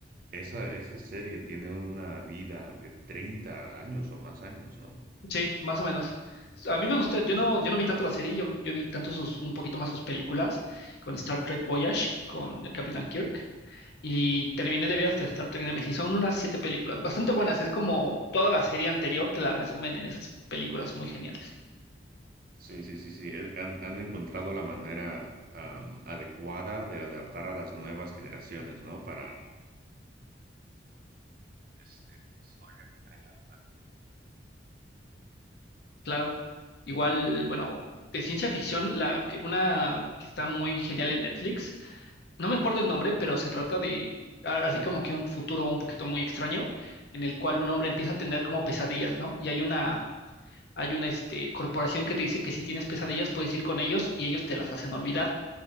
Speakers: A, on the right; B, on the left.
A: esa, esa serie tiene una vida de 30 años o más años, ¿no?
B: Sí, más o menos. A mí me gustó, yo no, yo no vi tanto la serie, yo, yo vi tanto sus, un poquito más sus películas, con Star Trek Voyage, con el Capitán Kirk, y terminé de ver hasta Star Trek Nemesis. Son unas siete películas, bastante buenas, es como toda la serie anterior, te la resumen en esas películas muy geniales.
A: Sí, sí, sí, sí. eh, Han, han encontrado la manera am, adecuada de adaptar a las nuevas generaciones, ¿no? Para este, la historia que crean.
B: Claro, igual, bueno, de ciencia ficción, la, que- una que está muy genial en Netflix No me acuerdo el nombre, pero se trata de a- así como que un futuro un poquito muy extraño, en el cual un hombre empieza a tener como pesadillas, ¿no? Y hay una, hay una este, corporación que te dice que si tienes pesadillas puedes ir con ellos y ellos te las hacen olvidar.